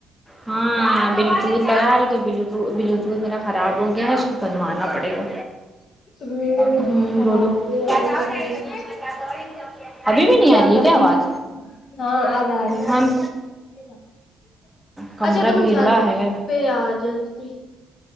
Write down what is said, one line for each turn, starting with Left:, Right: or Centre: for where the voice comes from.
Centre: ہاں بل دودلہگار دو بو بلو جو میرا خراب ہو گیا ہے اس کو بنوانا پڑے گا
Left: رہی ہے
Centre: ہوں
Left: آواز
Centre: بولو
Left: نہیں
Centre: ابھی
Left: آ رہی ہے صحیح
Centre: بھی نہیں
Left: کیا
Centre: آ
Left: کر
Centre: ہے
Left: رہی
Centre: آواز
Left: ہاں اب آ رہی
Centre: ہم
Left: ہے ج <unintelligible>
Centre: کمرہ
Left: اچھا تم
Centre: بھیڑا
Left: چ
Centre: ہے
Left: پہ آ جاتتی